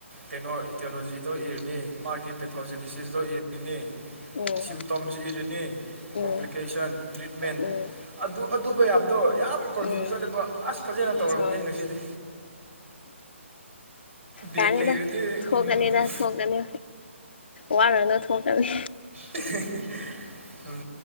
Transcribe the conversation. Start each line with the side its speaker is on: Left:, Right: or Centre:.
Right: ꯀꯩꯅꯣ ꯏꯇꯤꯌꯣꯂꯣꯖꯤꯗꯣ ꯏꯔꯤꯅꯤ ꯃꯥꯒꯤ ꯄꯦꯊꯣꯖꯤꯦꯅꯤꯁꯤꯁꯇꯣ ꯏꯔꯤꯅꯤ
Left: ꯎꯝ
Right: ꯁꯤꯝꯇꯣꯝꯁ ꯏꯔꯅꯤ
Left: ꯎꯝ
Right: ꯀꯣꯝꯄ꯭ꯂꯤꯀꯦꯁꯟ ꯇ꯭ꯔꯤꯠꯃꯦꯟ
Left: ꯎꯝ
Right: ꯑꯗꯨ ꯑꯗꯨ ꯃꯌꯥꯝꯗꯣ ꯌꯥꯝ ꯀꯟꯐ꯭ꯌꯨꯖ
Left: ꯎꯝ
Right: ꯆꯂꯦꯕ ꯑꯁ ꯐꯖꯅ ꯇꯧꯔꯝꯅꯦ
Left: ꯑꯠꯁꯥ
Right: ꯉꯁꯤꯗꯤ ꯕꯦꯛ
Left: ꯌꯥꯅꯤꯗ
Right: ꯂꯩꯔꯗꯤ
Left: ꯊꯣꯛꯀꯅꯤꯗ
Right: ꯎꯝ
Left: ꯊꯣꯛꯀꯅꯤ ꯋꯥꯔꯅꯨ ꯊꯣꯛꯀꯅꯤ
Right: <unintelligible> ꯎꯝ